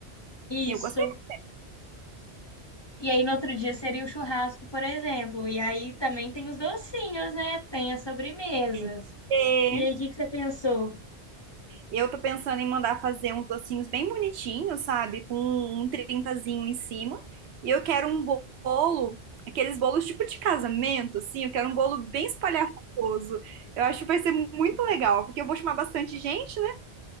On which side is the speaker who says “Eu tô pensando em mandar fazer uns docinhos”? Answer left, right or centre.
Right